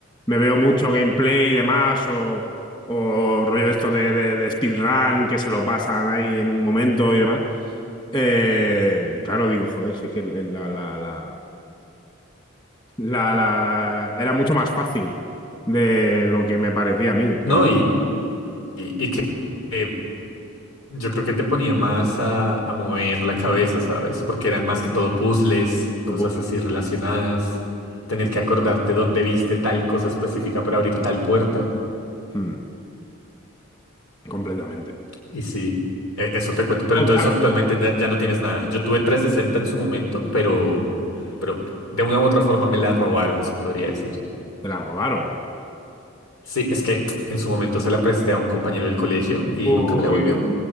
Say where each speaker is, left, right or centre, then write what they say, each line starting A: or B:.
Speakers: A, on the left; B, on the left.
A: me veo mucho gameplay y demás, o, o rollo esto de, de, de speedrun, que se lo pasan ahí en un momento y demás. Eh, claro, digo, joder, si es que la, la, la, la, la- la- la- era mucho más fácil de lo que me parecía a mí, claro,
B: No, y, y- y que eh, yo creo que te ponía más a, a mover la cabeza, ¿sabes? Porque eran más que todo puzzles, cosas
A: Lo puedo-
B: así relacionadas, tener que acordarte dónde viste tal cosa específica para abrir tal puerta.
A: mm, completamente.
B: Y sí, e- eso te cuento. Pero
A: Oh,
B: entonces
A: claro,
B: actualmente na- ya no tienes nada. Yo tuve 360 en su momento, pero, pero de una u otra forma me la robaron, se podría decir.
A: te la robaron.
B: Sí, es que en su momento se la presté a un compañero del colegio y
A: Uy,
B: nunca me la volvió.